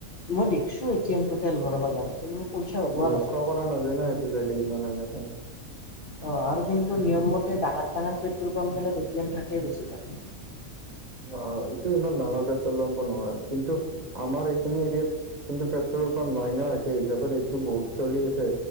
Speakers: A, on the left (about 45°); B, on the right (about 30°).
A: মই দেখছো এ টি এমটো তেল ভৰাব যাংতে কিন্তু মই পইচা ওলোৱা
B: লক্ষ্য
A: নাছিলোঁ
B: কৰা নাযায় ন সেইটো চাইদে ইমান এনেকা
A: অ আৰু কিন্তু নিয়ম মতে ডাঙৰ ডাঙৰ পেট্ৰল পাম্প গিলাত এ টি এম থাকেই বেছিভাগ
B: অ এইটো ইমান ডাঙৰ পেট্ৰল পাম্প নহয় কিন্তু আমাৰ এইখিনি এৰিয়াত কিন্তু পেট্ৰলৰ পাম্প নাই না একে ইজাপত এইটো বহুত চলি আছে